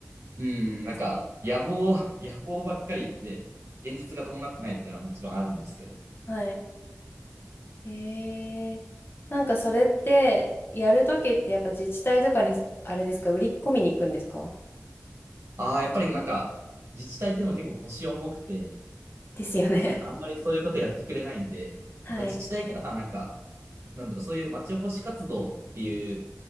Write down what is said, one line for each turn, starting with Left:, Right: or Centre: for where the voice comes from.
Right: うん、
Left: ですね
Right: なんか野望、<laughs> 野望ばっかりで、現実が伴ってないっていうのはもちろんあるんですけど、
Left: はい。へえ。なんかそれって、やるときってやっぱ自治体とかに、あれですか、売り込みに行くんですか
Right: ああ、やっぱりなんか、自治体っていうのも結構腰重くて、
Left: ですよね。
Right: なんかあんまりそういうことやってくれないんで、
Left: <laughs> はい。
Right: まあ、自治体からはなんか、なんだろう、そういう町おこし活動っていう